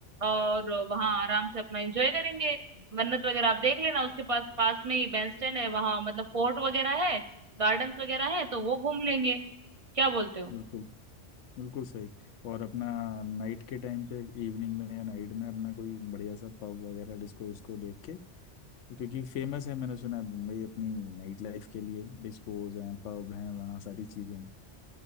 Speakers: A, on the right (about 30°); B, on the left (about 80°).
A: और वहां आराम से अपना एंजॉय करेंगे मन्नत वगैरह आप देख लेना उसके पास पास में ही बैंड स्टैंड है वहां मतलब फोर्ट वगैरह है गार्डन्स वगैरह है तो वो घूम लेंगे क्या बोलते हो
B: बिल्कुल बिल्कुल सही और अपना नाइट के टाइम पे इवनिंग में या नाइट में अपना कोई बढ़िया सा पब वगैरह डिस्को उसको देख के क्योंकि फेमस है मैंने सुना है मुंबई अपनी नाइट लाइफ के लिए डिस्कोज हैं पब हैं वहाँ सारी चीज़ें हैं।